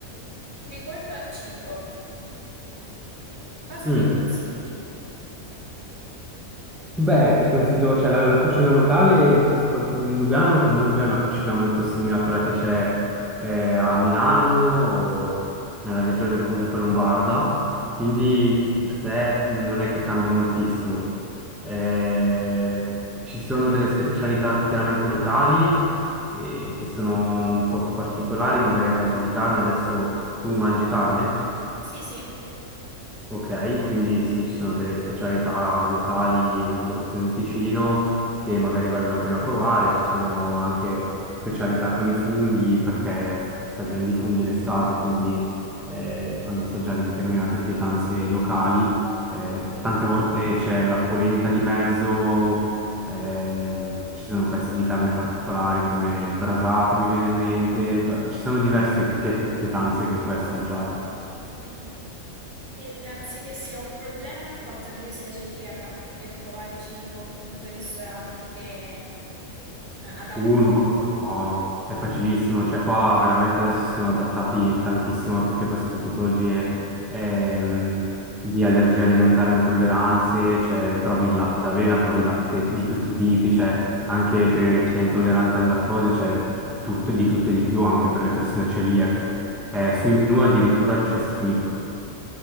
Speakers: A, on the right; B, in the centre.
A: riguardo al cibo, cosa
B: Mm.
A: mi consigli?
B: Beh, ti consiglio, cioè la, la cucina locale, soprattutto di Lugano, comunque è una cucina molto simile a quella che c'è eh, a Milano o nella regione comunque lombarda, quindi
A: Mhm.
B: di per sé non è che cambia moltissimo. Eh, ci sono delle specialità chiaramente locali eh, che sono un po' più particolari, magari a base di carne. Adesso tu mangi carne?
A: Sì, sì.
B: Ok, quindi sì, ci sono delle specialità locali, soprattutto in Ticino, che magari vale la pena provare. Ci sono anche specialità con i funghi, perché è stagione di funghi in estate, quindi eh, fanno assaggiare determinate pietanze locali. Eh,
A: Mm,
B: tante volte c'è la polenta di mezzo, ehm, ci sono pezzi di carne particolari come il brasato, mi viene in mente. Ci sono diverse piet- pietanze che puoi assaggiare.
A: mm-mm. E pensi che sia un problema il fatto che io sia celiaca nel trovare cibo o comunque ristoranti che eh, adatti?
B: Uh, no, no, è facilissimo, cioè qua veramente adesso si sono adattati tantissimo a tutte queste tipologie ehm, di allergie alimentari o intolleranze, cioè trovi il latte d'avena, trovi il latte di tutti i tipi, cioè anche per chi è intollerante al lattosio, cioè tutto, di tutto e di più, anche per le persone celiache.
A: Mm.
B: Eh, sui menu addirittura c'è scritto.